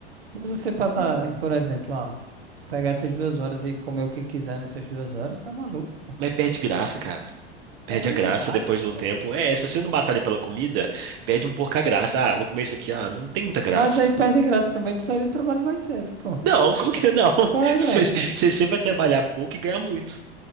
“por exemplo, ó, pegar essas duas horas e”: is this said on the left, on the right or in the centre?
Right